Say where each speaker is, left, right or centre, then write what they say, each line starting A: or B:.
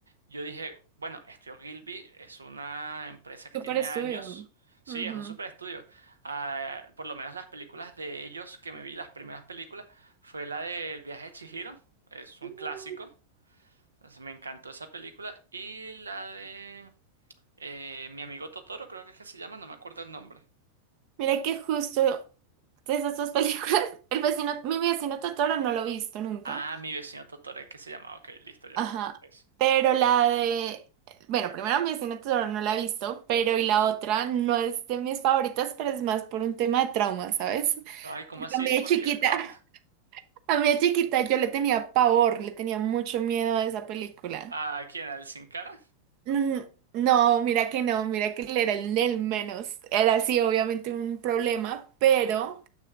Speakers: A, on the right; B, on the right.
A: yo dije, bueno, Estudio Gilby es una empresa que
B: Super
A: tiene
B: estudio.
A: años. Sí,
B: Ujú.
A: es un super estudio. Ah, por lo menos las películas de ellos que me vi, las primeras películas, fue la del viaje de Chihiro. Es
B: Mm,
A: un clásico. Entonces, me encantó esa película. Y la de eh, Mi amigo Totoro, creo que es que se llama, no me acuerdo el nombre.
B: Mira que justo de esas dos películas, <laughs> el vecino, mi vecino Totoro no lo he visto nunca.
A: Ah, mi vecino Totoro es que se llama. Ok, listo ya.
B: Ajá.
A: Es-
B: Pero la de. Bueno, primero mi vecino Totoro no la he visto, pero y la otra no es de mis favoritas, pero es más por un tema de trauma, ¿sabes?
A: Ay, ¿cómo
B: Porque
A: así?
B: a mí de
A: ¿Por
B: chiquita,
A: qué trauma?
B: <laughs> a mí de chiquita yo le tenía pavor, le tenía mucho miedo a esa película.
A: ¿A quién? ¿Al Sin Cara?
B: Mm, No, mira que no, mira que él era el del menos. Era sí, obviamente un problema, pero